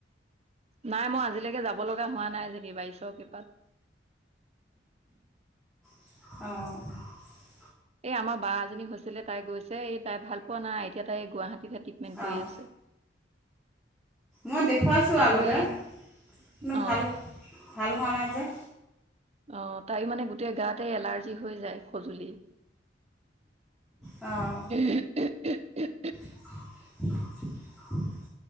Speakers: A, on the right; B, in the centre.
A: নাই মই আজিলৈকে যাব লগা হোৱা নাই যেনিবা ঈশ্বৰৰ কৃপাত।
B: অঁ।
A: এই আমাৰ বা এজনী হৈছিলে তাই গৈছে, এই তাই ভাল পোৱা নাই এতিয়া তাই গুৱাহাটীতহে ট্ৰিটমেণ্ট
B: অঁ
A: কৰি আছে।
B: মই দেখুৱাইছোঁ
A: তাইও
B: আগতে,
A: এই
B: কোনো
A: অ
B: ভাল-ভাল হোৱা নাই যে?
A: অ', তাই মানে গোটেই গাতে এলাৰ্জি হৈ যায়, খজুলি। <unintelligible>
B: অঁ <inaudible>